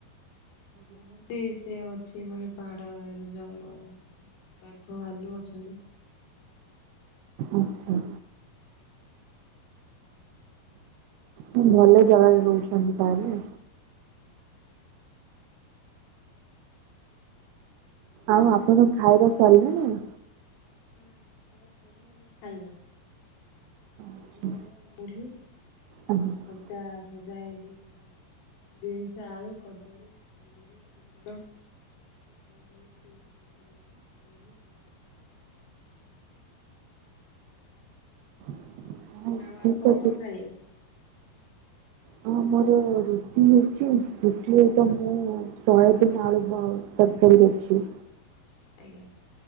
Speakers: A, on the left; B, on the right.
A: କୁହନ୍ତି ସିଏ ମତେ ସେ ମାନେ ପାହାଡ ଜଙ୍ଗ ବାଘ ଭାଲୁ ଅଛନ୍ତି।
B: ଆଛା। ଭଲ ଜାଗାରେ ରହୁଛନ୍ତି ତାହେଲେ। ଆଉ ଆପଣଙ୍କ ଖାଇବା ସାରିଲାଣି।
A: ନା ଖାଇବା ସରିନି ଏବେ ଖାଇବା। ମୁଢି
B: ଆଚ୍ଛା,
A: ଖାଇବା ମୁଢି
B: ଆଜ୍ଞା
A: ଆଉ ଖଜା। ଭଜା ହେଇଛି ବିନ୍ସ ଆଳୁ କଦଳୀ କୁନ୍ଦୁରି ପୋଟଳ। ସବୁ ମିକ୍ସ ହେଇକି ଭଜା ହେଇଚି। ମୁଡ଼ି ଭଜା ଖାଇବା।
B: <inaudible> ହଉ
A: ଆଉ
B: ଠିକ
A: ଆପଣ
B: ଅଛି।
A: କଣ ଖାଇବେ
B: ହଁ ଆମୋର ରୁଟି ହେଇଛି ରୁଟିରେ ତ ମୁଁ ଶୟାବିନ୍ ଆଳୁ ଆଉ ତରକାରୀ କରିଛି।
A: ଆଜ୍ଞା।